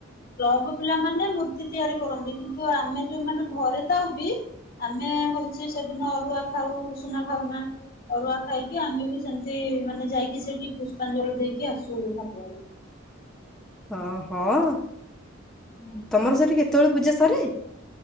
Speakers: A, on the left; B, in the centre.
A: କ୍ଲବ ପିଲା ମାନେ ମୂର୍ତ୍ତି ତିଆରି କରନ୍ତି। କିନ୍ତୁ ଆମେ ଯୋଉମାନେ ଘରେ ଥାଉ ବି ଆମେ ହଉଛି ସେଦିନ ଅରୁଆ ଖାଉ ଉଷୁନା ଖାଉ ନା। ଅରୁଆ ଖାଇକି ଆମେ ବି ସେମିତି ମାନେ ଯାଇକି ସେଠି ପୁଷ୍ପାଞ୍ଜଳି ଦେଇକି ଆସୁ ଠାକୁରଙ୍କୁ।
B: ହଁ, ହଁ?
A: ହୁଁ।
B: ତମର ସେଠି କେତେବେଳକୁ ପୂଜା ସରେ?